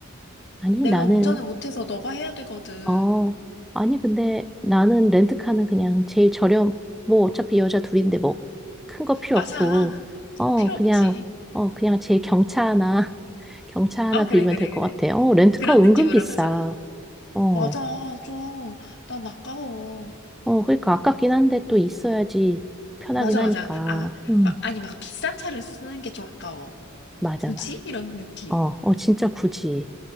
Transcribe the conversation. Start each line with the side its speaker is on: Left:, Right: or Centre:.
Centre: 아니,
Left: 내가
Centre: 나는,
Left: 운전을 못해서 너가 해야 되거든.
Centre: 어, 아니, 근데 나는 렌트카는 그냥 제일 저렴, 뭐 어차피 여자 둘인데 뭐 큰 거 필요
Left: 맞아.
Centre: 없고, 어,
Left: 그거 필요
Centre: 그냥,
Left: 없지.
Centre: 어, 그냥 제일 경차 하나, <laughs> 경차 하나
Left: 아, 그래,
Centre: 빌리면
Left: 그래,
Centre: 될 것
Left: 그래.
Centre: 같아. 어, 렌트카
Left: 그런
Centre: 은근
Left: 느낌으로
Centre: 비싸.
Left: 가자.
Centre: 어,
Left: 맞아, 좀, 난 아까워.
Centre: 어, 그러니까 아깝긴 한데 또 있어야지 편하긴
Left: 맞아,
Centre: 하니까.
Left: 맞아. 아,
Centre: 음,
Left: 막, 아니, 막 비싼 차를 쓰는 게 좀 아까워.
Centre: 맞아,
Left: 굳이?
Centre: 맞아.
Left: 이런 느낌.
Centre: 어, 어, 진짜 굳이.